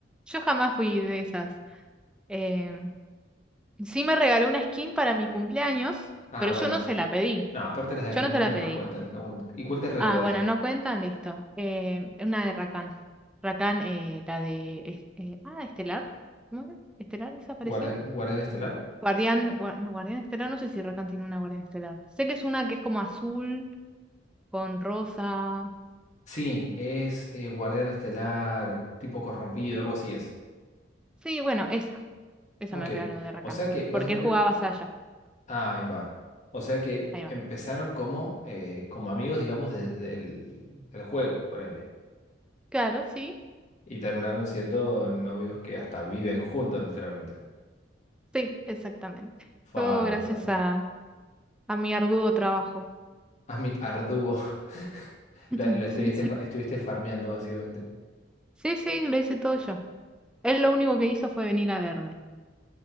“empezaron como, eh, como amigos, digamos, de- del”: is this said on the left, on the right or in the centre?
Left